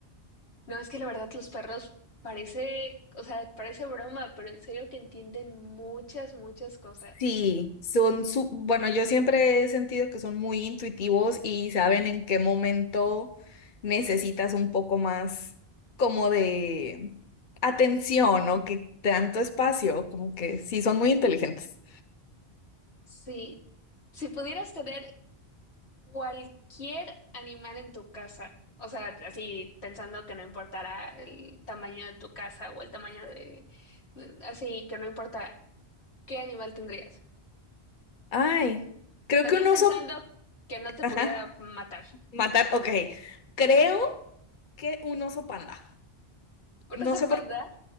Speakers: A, on the left (about 85°); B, on the left (about 50°).
A: No, es que la verdad los perros parece, o sea, parece broma, pero en serio que entienden muchas, muchas cosas.
B: Sí, son su, bueno, yo siempre he sentido que son muy intuitivos y saben en qué momento necesitas un poco más como de atención o que tanto espacio, como que sí, son muy inteligentes.
A: Sí. Si pudieras tener cualquier animal en tu casa, o sea, así pensando que no importara el tamaño de tu casa o el tamaño de, así que no importara, ¿qué animal tendrías?
B: Ay, creo
A: También
B: que un
A: pensando
B: oso,
A: que no te
B: ajá,
A: pudiera matar.
B: matar, ok, creo que un oso panda. No
A: ¿Una
B: sé
A: panda?
B: por